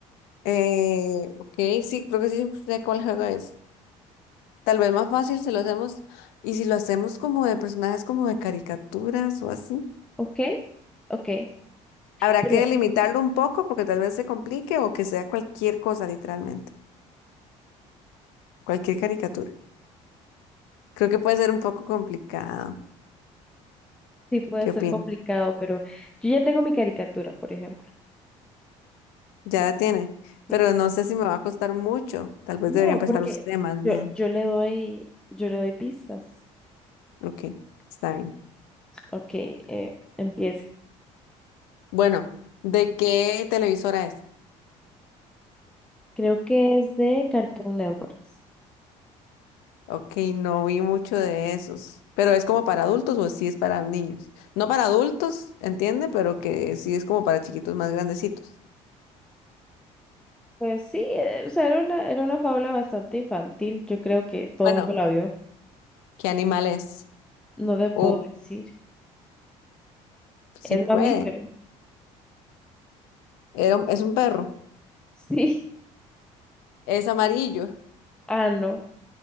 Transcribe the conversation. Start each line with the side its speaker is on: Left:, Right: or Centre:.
Left: Eh, ok, sí, creo que sí sí sé cuál juego es. Tal vez más fácil si lo hacemos, y si lo hacemos como de personajes como de caricaturas o así.
Centre: ¿Ok? Ok.
Left: Habrá
Centre: Pero
Left: que delimitarlo un poco porque tal vez se complique o que sea cualquier cosa, literalmente. Cualquier caricatura. Creo que puede ser un poco complicado.
Centre: sí puede
Left: ¿Qué
Centre: ser
Left: opina?
Centre: complicado, pero yo ya tengo mi caricatura, por ejemplo.
Left: Ya la tiene.
Centre: Sí.
Left: Pero no sé si me va a costar mucho. Tal vez
Centre: No,
Left: debería empezar
Centre: porque
Left: usted más
Centre: yo,
Left: bien.
Centre: yo le doy, yo le doy pistas.
Left: Ok, está bien.
Centre: Ok, eh, empiece.
Left: Bueno, ¿de qué televisora es?
Centre: Creo que es de Cartoon Networks.
Left: Ok, no vi mucho de esos. ¿Pero es como para adultos o sí es para niños? No para adultos, entiende, pero que sí es como para chiquitos más grandecitos.
Centre: Pues sí, eh, o sea, era una, era una fábula bastante infantil. Yo creo que todo
Left: Bueno,
Centre: el mundo la vio.
Left: ¿qué animal es?
Centre: No te puedo
Left: O
Centre: decir.
Left: si
Centre: Es
Left: puede.
Centre: mamífero. <laughs>
Left: Era un- es un perro.
Centre: Sí.
Left: Es amarillo.
Centre: Ah, no.